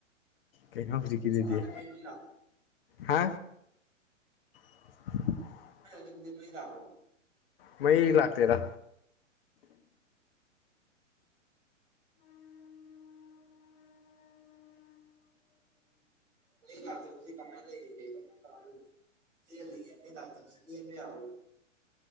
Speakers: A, on the left; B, on the right.
A: ꯀꯩꯅꯣ ꯍꯧꯖꯤꯛꯀꯤꯗꯨꯗꯤ
B: ꯂꯥꯛꯀꯅꯤ ꯃꯩ ꯂꯥꯛꯄ
A: ꯍꯥ <inaudible>
B: ꯗꯤꯟꯟ ꯗꯤꯟ ꯃꯩ ꯂꯥꯛꯈꯣ
A: ꯃꯩ ꯂꯥꯛꯇꯦꯗ
B: ꯃꯩ ꯂꯛꯇꯕꯁꯤ ꯀꯃꯥꯏ ꯂꯩꯔꯤꯒꯦ ꯀꯃꯥꯏ ꯀꯍꯥꯏ ꯆꯦꯜ ꯂꯤꯒꯦ <unintelligible> ꯑꯃꯨꯛꯁꯨ ꯇꯦꯟꯕꯥ ꯌꯥꯕ